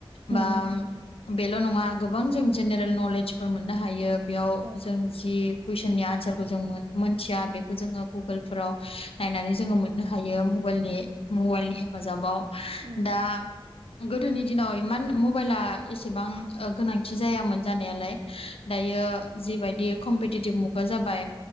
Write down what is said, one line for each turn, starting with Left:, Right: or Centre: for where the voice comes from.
Right: उम
Left: बा बेल' नङा गोबां जों जेनेरेल नलेजफोर मोननो हायो बेयाव
Right: उम
Left: जों जि कुइसननि आनसारखौ जों मोन मोनथिया बे खौ जोङो गुगोल फोराव नायनानै जोङो मोननो हायो मबाइलनि मबाइलनि हेफाजाबाव
Right: उम
Left: दा गोदोनि दिनाव इमान मबाइला एसेबां ओ गोनांथि जायामोन जानायालाय दायो जिबायदि कमपिटिटिभ मुगा जाबाय